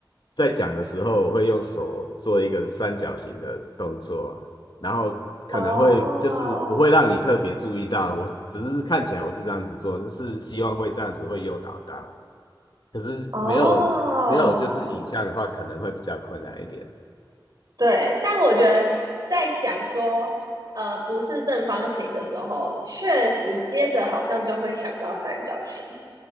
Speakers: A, on the left; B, on the right.
A: 在讲的时候，我会用手做一个三角形的动作，然后可能会就是不会让你特别注意到，
B: 哦
A: 我只是看起来我是这样子做，就是希望会这样子会诱导到，可是没有没有就是影像的话，
B: 哦，
A: 可能会比较困难一点。
B: 对，但我觉得在讲说呃不是正方形的时候，确实接着好像就会想到三角形。